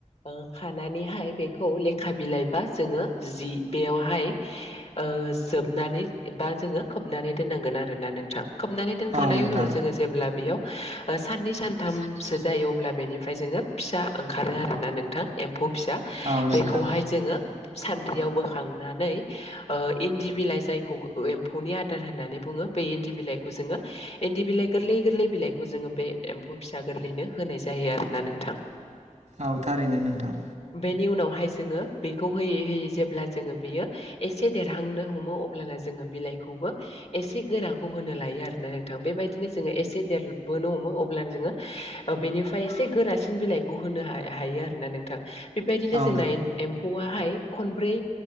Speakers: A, on the left; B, on the right.
A: ओ खानानैहाय बेखौ ले खा बिलाइ बा जोङो जि बेयावहाय ओ जोबनानै बा जोङो खोबनानै दोननांगोन आरोना नोंथां। खोबनानै दोनखानाय
B: औ नोंथां।
A: उनाव जोङो जेब्ला बेयाव ओ साननै सानथामसो
B: साननै
A: जायो अब्ला बेनिफ्राय जोङो फिसा ओंखारो आरोना नोंथां एम्फौ फिसा
B: औ नोंथां
A: बेखौहाय जोङो सान्द्रियाव बोखांनानै ओ इन्दि बिलाइ जायखौ एम फौनि आदार होननानै बुङो बे इन्दि बिलाइखौ जोङो इन्दि बिलाइ गोरलै गोरलै बिलाइखौ जोङो बे एम्फौ फिसा गोरलैनो होनाय जायो आरोना नोंथां।
B: औ थारैनो नोंथां।
A: बेनि उनावहाय जोङो बेखौ होयै-होयै जेब्ला जोङो बियो एसे देरहांनो हमो अब्ला जोङो बिलाइखौ बो एसे गोराखौ होनो लायो आरोना नोंथां। बेबायदिनो जोङो एसे देरबोनो हमो अ ब्लानो जोङो बेनिफ्राय एसे गोरासिन बिलाइखौ होनो हा-हायो आरोना नोंथां। बेबायदिनो
B: औ
A: जोंना एम्फौआहाय खनब्रै